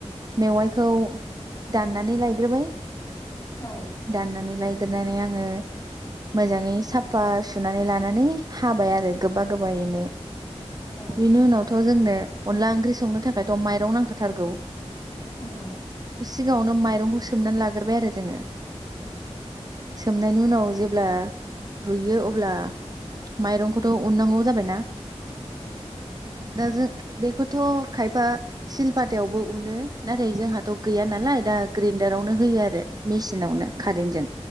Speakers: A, on the right; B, on the left.
A: मेवाइखौ दाननानै लायग्रोबाय
B: औ
A: दाननानै लायग्रोनानै आङो मोजाङै साफ आ सुनानै लानानै हाबाय आरो गोबा गोबायैनो
B: औ
A: बिनि उनावथ' जोंनो अनला ओंख्रि संनो थाखायथ' माइरं नांखा थारगौ
B: नंगौ
A: सिगाङावनो माइरंखौ सोमनानै लाग्रोबाय आरो जोङो सोमनायनि उनाव जेब्ला रुयो अब्ला माइरंखौथ' उननांगौ जाबायना दा जों बेखौथ' खायफा सिलपातायावबो उनो नाथाय जोंहाथ' गैया नालाय दा ग्रेन्डारावनो होयो आरो मिसिनावनो कारेन्टजों